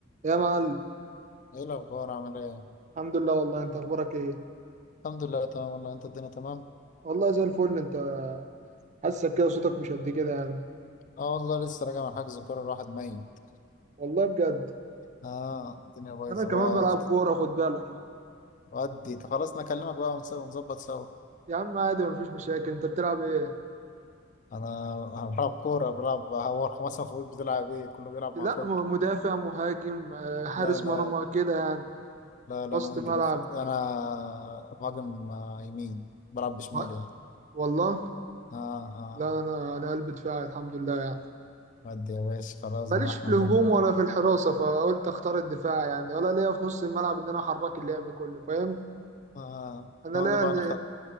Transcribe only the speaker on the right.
يا معلم
الحمد لله والله انت اخبارك ايه
والله زي الفل انت حاسك كده صوتك مش قد كده يعني
والله بجد
انا كمان
بلعب
كوره خد بالك
يا عم عادي مفيش مشاكل انت بتلعب ايه
لا
م- مدافع مهاجم آه، حارس
مرمى كده يعني
وسط
ملعب
و-
والله
لا انا انا قلب دفاعي الحمد لله يعني
ماليش
في الهجوم
ولا في الحراسه فقلت اختار الدفاع يعني ولا ليا في نص الملعب ان انا احرك اللعب كله فاهم
انا
ليا